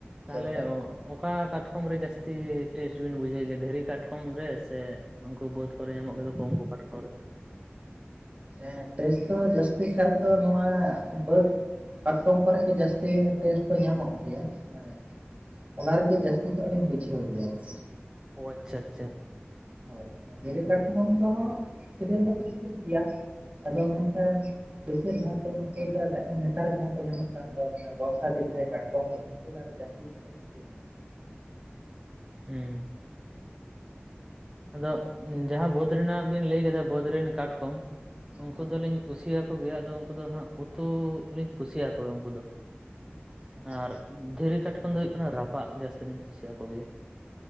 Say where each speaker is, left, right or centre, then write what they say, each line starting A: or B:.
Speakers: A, on the right; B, on the right.
A: ᱛᱟᱦᱚᱞᱮ
B: ᱡᱚᱢ ᱠᱟᱜ
A: ᱚᱠᱟ ᱠᱟᱴ ᱠᱟᱴᱠᱚᱢ ᱨᱮ ᱡᱟᱹᱥᱛᱤ ᱴᱮᱥᱴ ᱵᱤᱱ ᱵᱩᱡᱷᱟᱹᱣ ᱜᱮᱭᱟ, ᱫᱷᱤᱨᱤ ᱠᱟᱴᱠᱚᱢ ᱨᱮ ᱥᱮ ᱩᱱᱠᱩ ᱵᱟᱹᱫᱽ ᱠᱚᱨᱮ ᱧᱟᱢᱚᱜ ᱜᱮᱫ ᱠᱚ ᱩᱱᱠᱩ ᱡᱟᱴᱠᱚᱢ ᱨᱮ,
B: ᱮ ᱴᱮᱥᱴ ᱫᱚ ᱡᱟᱹᱥᱛᱤ ᱠᱟᱭᱛᱮ ᱱᱚᱣᱟ ᱵᱟᱹᱫᱽ ᱠᱟᱴᱠᱚᱢ ᱠᱚᱨᱮ ᱜᱮ ᱡᱟᱹᱥᱛᱤ ᱴᱮᱥᱴ ᱦᱚᱸ ᱧᱟᱢᱚᱜ ᱜᱮᱭᱟ, ᱢᱟᱱᱮ ᱚᱱᱟ ᱨᱮᱜᱮ ᱡᱟᱹᱥᱛᱤ ᱧᱚᱜ ᱞᱤᱧ ᱵᱩᱡᱷᱟᱹᱣ ᱜᱮᱭᱟ ᱟᱨᱠᱤ,
A: ᱚ ᱟᱪᱪᱷᱟ, ᱟᱪᱪᱷᱟ
B: ᱳᱭ ᱢᱟᱱᱮ ᱫᱷᱤᱨᱤ ᱠᱟᱴᱚᱠᱚᱢ ᱫᱚᱦ ᱥᱤᱠᱤᱞ ᱫᱚ ᱠᱚ ᱥᱤᱵᱤᱞ ᱜᱮᱭᱟ, ᱟᱫᱚ ᱢᱮᱱᱠᱷᱟᱱ ᱵᱮᱥᱤᱨ ᱵᱷᱟᱜᱽ ᱫᱚ ᱱᱩᱠᱩ ᱱᱮᱛᱟᱨ ᱡᱟᱦᱟᱸ ᱠᱚ ᱧᱟᱢᱚᱜ ᱠᱟᱱ ᱫᱚ, ᱵᱚᱨᱥᱟ ᱫᱤᱱ ᱡᱟᱦᱟᱸᱭ ᱠᱟᱴᱠᱚᱢ ᱠᱚ, ᱩᱱᱠᱩ ᱫᱚ ᱟᱨᱦᱚ ᱡᱟᱹᱥᱛᱤ ᱧᱚᱜ ᱠᱚ ᱥᱤᱵᱤᱞ ᱧᱚᱜ, ᱜᱮᱭᱟ
A: ᱩᱢ ᱟᱫᱚ ᱡᱟᱦᱟᱸ ᱵᱟᱹᱫᱽ ᱨᱮᱱᱟᱜ ᱵᱤᱱ ᱞᱟᱹᱭ ᱠᱮᱫᱟ, ᱵᱟᱹᱫᱽ ᱨᱤᱱ ᱠᱟᱴᱠᱚᱢ ᱩᱱᱠᱩ
B: ᱦᱮᱸ
A: ᱫᱚᱞᱤᱧ ᱠᱩᱥᱤᱭᱟᱠ ᱩᱱᱠᱩ ᱜᱮᱭᱟ ᱟᱫᱚ ᱩᱱᱠᱩ ᱫᱚ ᱦᱟᱸᱜ ᱩᱛᱩ ᱞᱤᱧ ᱠᱩᱥᱤᱭᱟᱠᱚ ᱜᱮ ᱩᱱᱠᱩ ᱫᱚ,
B: ᱟᱪᱪᱷᱟ
A: ᱟᱨ ᱫᱷᱤᱨᱤ ᱠᱟᱴᱠᱚᱢ ᱫᱚ ᱦᱩᱭᱩᱜ ᱠᱟᱱᱟ, ᱨᱟᱯᱟᱜ ᱡᱟᱹᱥᱛᱤᱞᱤᱧ ᱠᱩᱥᱤᱭᱟ ᱠᱚ ᱜᱮᱭᱟ᱾